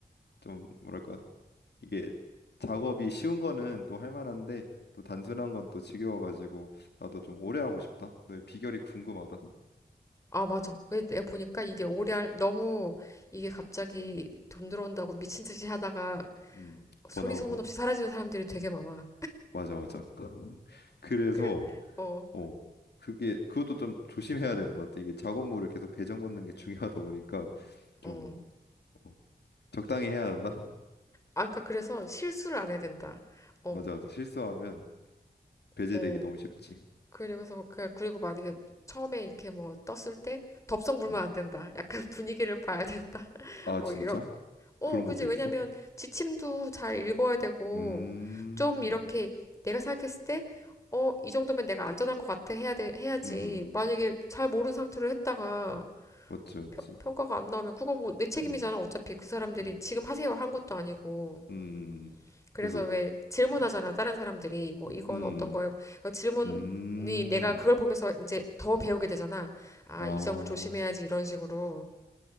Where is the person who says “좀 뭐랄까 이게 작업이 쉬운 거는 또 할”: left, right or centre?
Left